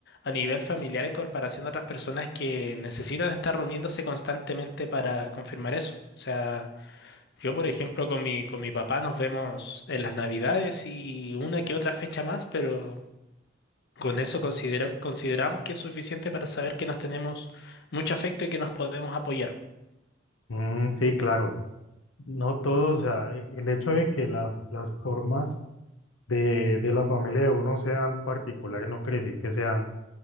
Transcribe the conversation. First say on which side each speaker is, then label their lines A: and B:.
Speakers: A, on the left; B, on the left.
A: a nivel familiar en comparación a otras personas que necesitan estar reuniéndose constantemente para confirmar eso. O sea, yo, por ejemplo, con mi, con mi papá nos vemos en las Navidades y una que otra fecha más, pero... Con eso considero, consideramos que es suficiente para saber que nos tenemos mucho afecto y que nos podemos apoyar.
B: Mm, sí, claro. No todo, o sea, e- el hecho de que la- las formas de, de la familia de uno sean particulares no quiere decir que sean,